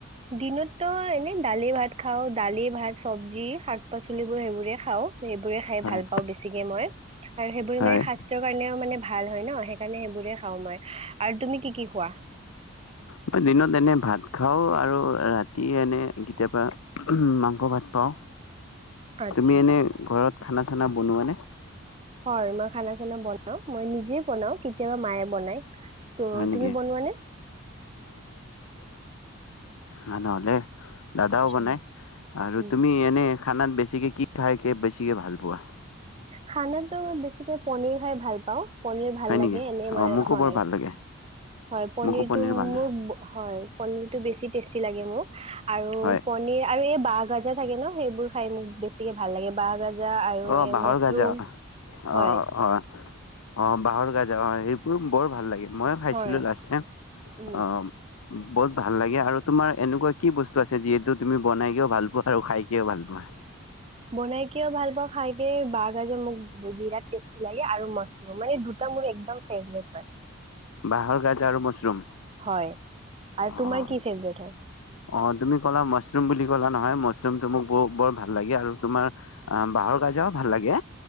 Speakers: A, on the right; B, on the left.
A: দিনততো এনে দালি ভাত খাও দালি ভাত চবজি শাক পাচলিবোৰ সেইবোৰে খাওঁ এইবোৰে খাই
B: হয়
A: ভাল পাওঁ বেছিকে মই আৰু সেইবোৰ
B: হয়
A: এনেই হাৰ্টৰ কাৰণেও মানে ভাল। ভাল হয় ন সেইকাৰণে সেইবোৰে খাওঁ মই আৰু তুমি কি কি খোৱা?
B: মই দিনত এনে ভাত খাওঁ আৰু ৰাতি এনে কেতিয়াবা মাংস ভাত পাওঁ।
A: আচ্ছা
B: তুমি এনে ঘৰত খানা চানা বনোৱা নে?
A: হয় মই খানা চানা বনাও মই নিজে বনাও। কেতিয়াবা মায়ে বনায় ত
B: হয় নেকি?
A: তুমি বনোৱানে?
B: মা নহ'লে। দাদাও
A: আচ্ছা
B: বনাই আৰু
A: উম,
B: তুমি এনে খানাত বেছিকে কি খাই কে বেছিকে ভাল পোৱা
A: খানাত বেছিকে পনীৰ খাই ভাল পাঁ‌ও পনীৰ ভাল
B: হয়
A: লাগে।
B: নেকি?
A: এনে মই
B: অ' মোকো
A: হয়
B: বৰ ভাল লাগে
A: হয় পনীৰটো
B: মোকো পনীৰ ভাল লাগে
A: মোৰ হয় পনীৰ টো বেছি টেষ্টি লাগে মোক। আৰু
B: হয়।
A: পনীৰ আৰু এই বাহজাগে থাকে ন সেইবোৰ। খাই মোক বেছিকে ভাল লাগে। বাহ গাচ জা আৰু
B: অ'
A: এই
B: বাঁহৰ
A: মছৰুম
B: গাজা অ' অ'
A: হয়
B: অ' বাঁহৰ গাজা অ' সেইবোৰ বৰ ভাল লাগিল। মই খাইছিলোঁ
A: হয়
B: লাষ্ট টাইম। বহুত
A: উম
B: ভাল লাগে আৰু তুমাৰ এনেকুৱা কি বস্তু আছে যিহেতু তুমি বনাইকেও ভাল পোৱা আৰু খাইকিয়া ভাল পোৱা
A: বনাই কিও ভাল পাও খাইকিও বাগাজে মোক বিৰাত তেচতি লাগে আৰু মাচৰোম দুটা মোৰ একদম ফেবৰেব হয়
B: বাঁহৰ গাজ আৰু মাছৰুম
A: হয় আৰু
B: অ'
A: তোমাৰ কি ফেভৰেট হয়
B: অ' তুমি ক'লা মাছৰুম বুলি কলা নহয় মছৰুম তোমোক ব বৰ ভাল লাগে আৰু তোমাৰ অ' বাহঁ‌ৰ কাজাও ভাল লাগে।